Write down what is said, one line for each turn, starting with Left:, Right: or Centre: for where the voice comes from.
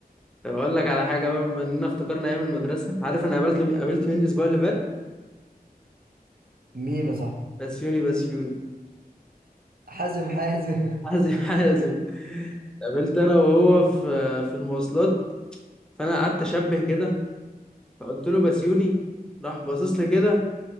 Centre: طب اقول لك على حاجة بقى بما اننا افتكرنا ايام المدرسة عارف انا قابلت مين قابلت مين الاسبوع اللي فات
Right: مين يا صاحبي
Centre: بسيوني بسيوني
Right: حازم حازم
Centre: حازم حازم <laughs> قابلت انا وهو في في المواصلات فانا قعدت اشبه كده فقلت له بسيوني راح باصص لي كده